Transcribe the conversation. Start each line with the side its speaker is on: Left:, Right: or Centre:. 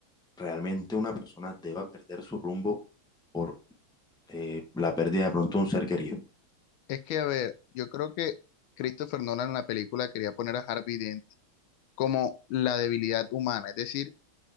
Centre: realmente una persona deba perder su rumbo por eh, la pérdida de pronto de un ser querido?
Left: Es que, a ver, yo creo que Christopher Nolan en la película quería poner a Harvey Dent como la debilidad humana. Es decir,